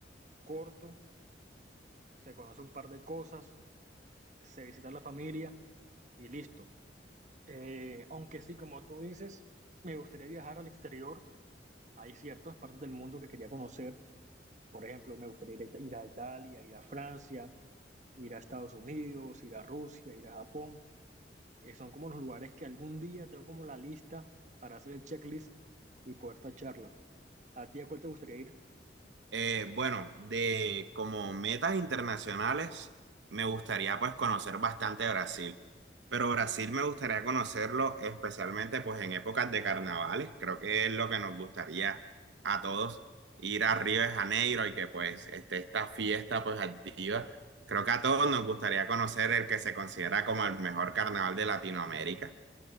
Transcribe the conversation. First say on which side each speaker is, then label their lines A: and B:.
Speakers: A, on the right; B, on the right.
A: corto, se conoce un par de cosas, se visita a la familia y listo. Eh, aunque sí, como tú dices, me gustaría viajar al exterior. Hay ciertas partes del mundo que quería conocer. Por ejemplo, me gustaría ir a, Ita- ir a Italia, ir a Francia, ir a Estados Unidos, ir a Rusia, ir a Japón. Eh, son como los lugares que algún día tengo como la lista para hacer el checklist y poder tacharla. ¿A ti a cuál te gustaría ir?
B: Eh, bueno, de como metas internacionales, me gustaría pues conocer bastante Brasil, pero Brasil me gustaría conocerlo especialmente pues en épocas de carnavales, creo que es lo que nos gustaría a todos, ir a Río de Janeiro y que pues esté esta fiesta pues activa. Creo que a todos nos gustaría conocer el que se considera como el mejor carnaval de Latinoamérica.